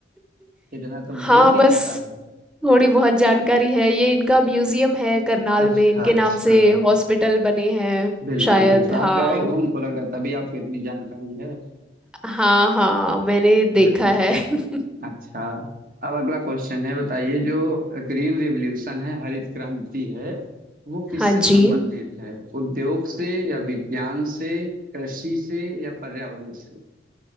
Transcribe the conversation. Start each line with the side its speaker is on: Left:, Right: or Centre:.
Right: इतना तो मुझे
Centre: हाँ
Right: भी नहीं
Centre: बस
Right: पता है
Centre: थोड़ी बहुत जानकारी है ये इनका म्यूजियम है करनाल
Right: अच्छा
Centre: में इनके
Right: अच्छा
Centre: नाम से हॉस्पिटल बने हैं
Right: बिल्कुल
Centre: शायद
Right: बिल्कुल
Centre: हाँ
Right: आप गए हो हमको लग रहा है, तभी आपको इतनी जानकारी है
Centre: हाँ हाँ मैंने देखा
Right: बिल्कुल
Centre: है <laughs>
Right: अच्छा अब अगला क्वेश्चन है बताइए जो ग्रीन रिवॉल्यूशन है हरित क्रांति है वो किससे
Centre: हाँ जी
Right: संबंधित है उद्योग से या विज्ञान से कृषि से या पर्यावरण से